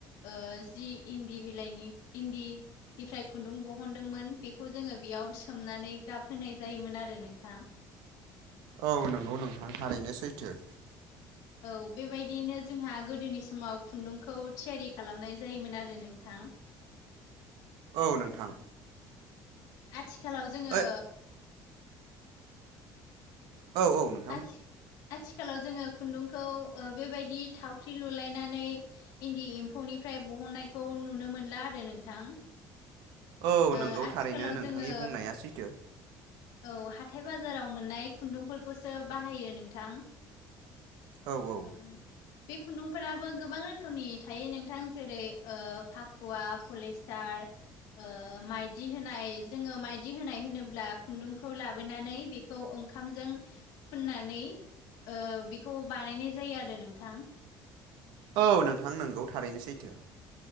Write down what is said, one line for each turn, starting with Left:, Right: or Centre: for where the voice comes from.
Left: ओ जि इन्दि बिलाइनि इन्दि निफ्राय खुन्दुं बहनदोंमोन बेखौ जोङो बेयाव सोमनानै गाबहोनाय जायोमोन आरो नोंथां।
Right: औ नोंगौ नोंथां थारैनो सैथो।
Left: औ बेबायदियैनो जोंहा गोदोनि समाव खुन्दुंखौ थियारि खालामनाय जायोमोन आरो नोंथां।
Right: औ नोंथां।
Left: ओ आथिखालाव जोङो
Right: ओइ औ औ नों
Left: आथि आथिखालाव जोङो खुन्दुंखौ ओ बेबायदि थावख्रि लुलायनानै इन्दि एम्फौनिफ्राय बहननायखौ नुनो मोनला आरो नोंथां।
Right: औ
Left: ओ
Right: नंगौ
Left: आथिखालाव
Right: थारैनो नोंथांनि
Left: जोङो
Right: बुंनाया सैथो।
Left: औ हाथाय बाजाराव मोननाय खुन्दुंफोरखौसो बाहायो नोंथां।
Right: औ
Left: ओम
Right: औ
Left: बे खुन्दुंफोराबो गोबां रोख खोमनि थायो नोंथां जेरै ओ फाखुवा पलिस्टार। ओ माइदि होनाय जोङो माइदि होनाय होनोब्ला खुन्दुंखौ लाब बोनानै बेखौ ओंखामजों फुननानै ओ बेखौब बानायनाय जायो आरो नोंथां।
Right: औ नोंथां नोंगौ थारैनो सैथो।